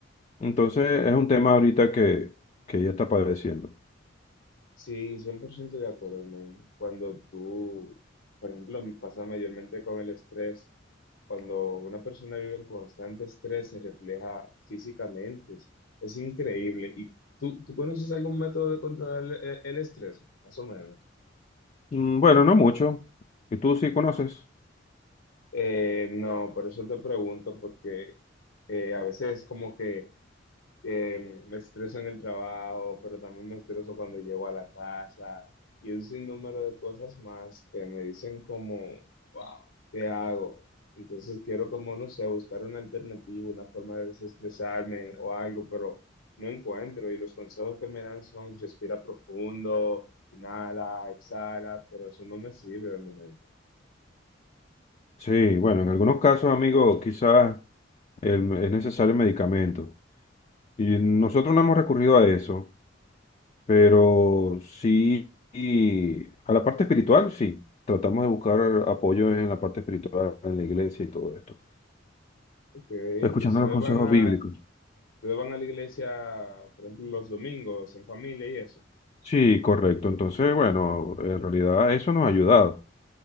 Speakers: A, on the left; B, on the left.
A: Entonces, es un tema ahorita que, que ella está padeciendo.
B: Sí, 100% de acuerdo, men. Cuando tú, por ejemplo, me pasa mayormente con el estrés, cuando una persona vive en constante estrés se refleja físicamente, es, es increíble. ¿Y tú, tú conoces algún método de controlar el, el- el estrés, más o menos?
A: Mm, Bueno, no mucho. ¿Y tú sí conoces?
B: Eh, no, por eso te pregunto, porque eh, a veces como que que me estreso en el trabajo, pero también me estreso cuando llego a la casa y un sinnúmero de cosas más que me dicen como, wow, ¿qué hago? Entonces quiero como, no sé, buscar una alternativa, una forma de desestresarme o algo, pero no encuentro y los consejos que me dan son respira profundo, inhala, exhala, pero eso no me sirve de momento.
A: Sí, bueno, en algunos casos, amigo, quizás el- es necesario el medicamento. Y nosotros no hemos recurrido a eso, pero sí, y a la parte espiritual, sí. Tratamos de buscar apoyo en la parte espiritual, en la iglesia y todo esto.
B: Ok,
A: Escuchando
B: ustedes
A: los consejos
B: van a,
A: bíblicos.
B: ustedes van a la iglesia, por ejemplo, los domingos en familia y eso.
A: Sí, correcto. Entonces, bueno, en realidad eso nos ha ayudado.